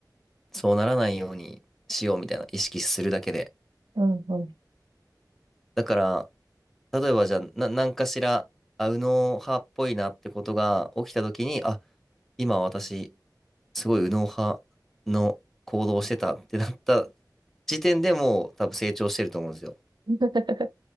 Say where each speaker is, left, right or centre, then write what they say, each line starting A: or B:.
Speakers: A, in the centre; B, on the right (about 85°).
A: そうならないようにしようみたいな意識するだけで。
B: うん、うん。
A: だから、例えばじゃあ、な、何かしら、あ、右脳派っぽいなってことが起きた時に、あ、今私、すごい右脳派の行動をしてたってなった時点でもう多分成長してると思うんですよ。
B: <laughs>